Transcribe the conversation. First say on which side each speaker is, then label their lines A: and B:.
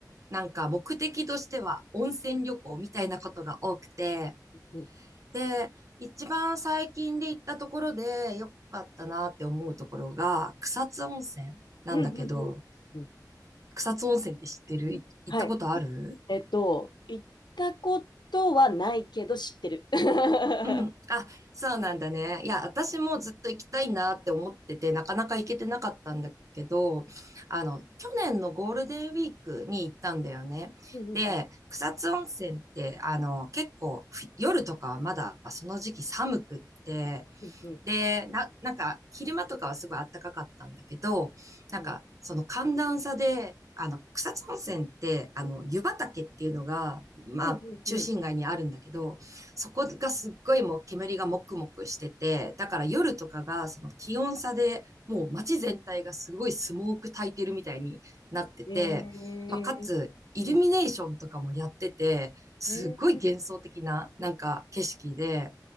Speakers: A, on the right (about 50°); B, on the left (about 80°).
A: なんか目的としては温泉旅行みたいなことが多くて、
B: うん
A: で、一番最近で行ったところで良かったなって思うところが、草津温泉なんだけど、
B: うんうん。うん
A: 草津温泉って知ってるい行ったことある
B: はい。ええっと、行ったことはないけど知ってる。<laughs>
A: うん。あ、そうなんだね。いや、私もずっと行きたいなって思ってて、なかなか行けてなかったんだけど、あの、去年のゴールデンウィークに行ったんだよね。
B: うんうん
A: で、草津温泉って、あの、結構、ふ夜とかはまだその時期寒くって、
B: うんうん
A: で、な、なんか、昼間とかはすごい暖かかったんだけど、なんか、
B: うん
A: その寒暖差で、あの、草津温泉って、あの、湯畑っていうのが、まあ、
B: うんうんうん
A: 中心街にあるんだけど、そこがすっごいもう煙がもくもくしてて、だから夜とかがその気温差でもう街全体がすごいスモーク焚いてるみたいになってて、
B: えー
A: まあ、かつイルミネーションとかもやってて、
B: うん
A: すっごい幻想的ななんか景色で、
B: えー